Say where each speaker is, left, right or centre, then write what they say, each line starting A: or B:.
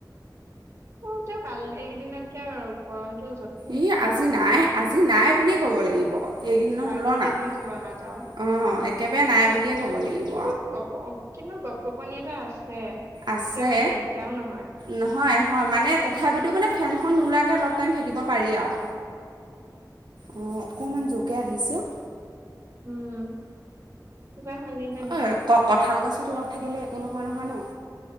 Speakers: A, on the right; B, on the right.
A: অ তেওঁ কাল এইকেইদিনতকে আৰু গৰমতটো য
B: এই আজি নাই আজি নাই বুলিয়ে ক'ব লাগিব। এইকেইদিন
A: উম, বাকী
B: তুলনাত
A: কেইদিনৰ তুলনাত আৰু
B: অঁ
A: উম
B: একেবাৰে নাই বুলিয়ে ক'ব লাগিব।
A: কিন্তু গপ কিন্তু গপ গপনি এটা আছে।
B: আছে।
A: একেবাৰে নাইকিয়াও নহয়
B: নহয় নহয় মানে তথাপিতো মানে ফেনখন নোলোৱাকে অলপ টাইম থাকিব পাৰি আও, অঁ অকণমান যোৰকে আহিছে ঔ।
A: উম, কিবা খালি নে নাই?
B: অ ঐ ক কঁঠাল গছৰ লগত থাকিলে একো নহয় নহয় ন?